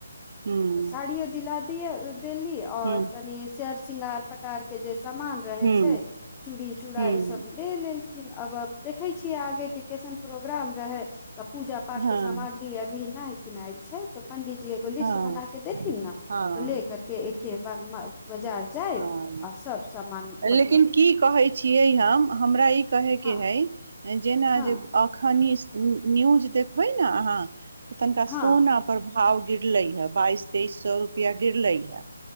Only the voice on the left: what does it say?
तऽ साड़ियो दिला दिअ देली आओर
कनि से - शृंगार पटार के जे सामान रह-
छै चूड़ी चूड़ा
ई सब ले लेल छथिन अब-अब देखै छियै आगेके कैसन प्रोग्राम रहै तऽ पूजा पाठ
के सामग्री अभी नहि किनैयल छै तऽ पंडीजी एगो लिस्ट
बना के देथिन ने
तऽ ले करके एके बार बजार जायब
आओर सब समान ब-
हँ
हँ
हँ